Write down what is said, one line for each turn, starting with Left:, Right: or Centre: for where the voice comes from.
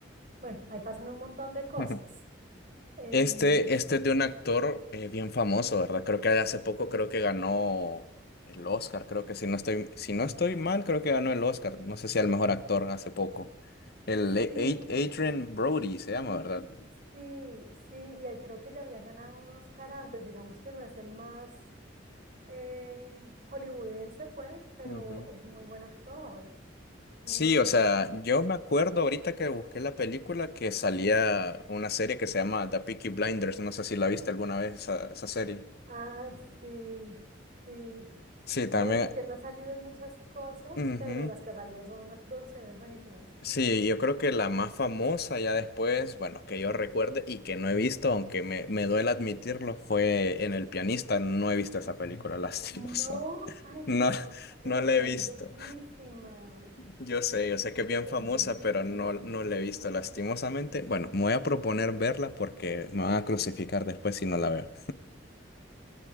Right: bueno, ahí pasan un montón de cosas.
Left: ujú. <laughs>
Right: Em,
Left: Este, este es de un actor eh, bien famoso, ¿verdad? Creo que hace poco creo que ganó el Oscar, creo que si no estoy, si no estoy mal, creo que ganó el Oscar. No sé si al mejor actor hace poco. El A- A-
Right: sí,
Left: Adrien Brody se llama, ¿verdad?
Right: sí, sí, y él creo que ya había ganado un Oscar antes, digamos que no es el más eh, hollywoodense, pues, pero
Left: Ujú.
Right: es muy buen actor, es
Left: Sí,
Right: muy buen
Left: o sea,
Right: actor.
Left: yo me acuerdo ahorita que busqué la película que salía una serie que se llama The Peaky Blinders. No sé si la viste alguna vez esa, esa serie.
Right: Ah, sí, sí.
Left: Sí, también.
Right: ¿Ves? Es que él no ha salido en muchas cosas,
Left: ujú.
Right: pero las que ha salido son unas producciones buenísimas.
Left: Sí, yo creo que la más famosa ya después, bueno, que yo recuerde y que no he visto, aunque me, me duele admitirlo, fue en El Pianista. No he visto esa película, <laughs> lastimosa.
Right: No, ay
Left: No,
Right: no, esa película
Left: no la he visto.
Right: es bellísima,
Left: Yo sé, yo sé que es bien
Right: es
Left: famosa,
Right: bellísima.
Left: pero no, no la he visto lastimosamente. Bueno, me voy a proponer verla porque me van a crucificar después si no la veo.